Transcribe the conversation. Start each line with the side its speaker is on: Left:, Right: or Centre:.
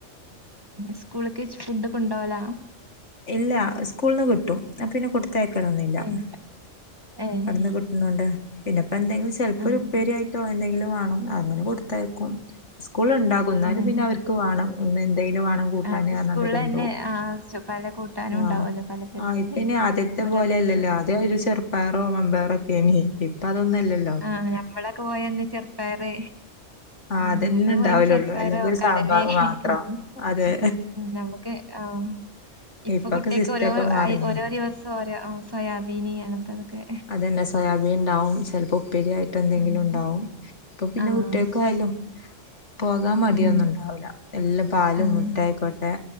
Right: സ്കൂളക്ക് ഫുഡ് ഒക്കെ കൊണ്ടോവല
Left: ഇല്ല സ്കൂളന്ന് കിട്ടും ആ പിന്നെ കൊടുത്തയകൽ ഒന്ന് ല്ലാ
Right: ഏഹ് ഏഹ്
Left: കടന്ന് കിട്ടുന്നുണ്ട് പിന്നെ ഇപ്പ എന്തെങ്കിലും ചിലപ്പോ
Right: ആഹ്
Left: ഉപ്പ്പേരി ആയിട്ട് പുട്ടോ എന്തെങ്കിലും വേണം അങ്ങനെ കൊടുത്തേക്കും സ്കൂൾ ഉണ്ടാകുന്നാലും
Right: ഏഹ്
Left: പിന്നെ അവർക്ക് ക്ക് വേണം ഒന്ന് എന്തെും ണം കൂട്ടാനെണ്ട്
Right: അത് സ്കൂളിലെന്നെ
Left: കൊണ്ടപോകും
Right: ആഹ് പല കൂട്ടാനും
Left: ആ
Right: ഉണ്ടാവല്ലോ പലതരത്തില്
Left: ആ പിന്നെ ആദ്യ തേ
Right: ഓരോ
Left: പോലെ
Right: ദിവസവും
Left: അല്ലല്ലോ അതേ ഒരു ചെറുപ്പയറോ മമ്പേറോ ഒക്കൊണ് ഇപ്പൊ അതൊന്നുമല്ലല്ലോ
Right: ആഹ ഞമ്മളൊക്കെ പോയന്ന് ചെറുപ്പറ്
Left: ആഹ്
Right: ആ
Left: അതന്നെ
Right: നമ്മള്
Left: ഉണ്ടാവലുള്ളൂ
Right: പോയുന്ന ചെറുപ്പാരോ
Left: അല്ലെങ്കിൽ ഒരു
Right: കടല
Left: സാമ്പാർ മാത്രം
Right: ആ
Left: അതെ
Right: നമ്മുക്ക് ആഹ ഇപ്പൊ
Left: ഇപ്പൊക്കെ
Right: കുട്ടികക്ക്
Left: സിസ്റ്റം
Right: ഓരോ
Left: ഒക്കെ മാറിണ്
Right: ഓരോ ദിവസം സോയാബീന് അങ്ങനത്തെതൊക്കെ
Left: അത് തന്നെ സോയാബീൻ ഉണ്ടാവും ചിലപ്പോ ഉപ്പരിയയിട്ട് ഇപ്പ എന്തെങ്കിലും
Right: ഉം
Left: ഉണ്ടാവും ഇപ്പൊ പിന്നെ
Right: ആഹ്
Left: കുട്ടികൾക്ക ആയാലോ പോകാൻ മടിയൊന്നും
Right: ഉം
Left: ഉണ്ടാവില്ല എല്ലാം പാലും
Right: ആഹ്
Left: മുട്ടായിക്കോട്ടെ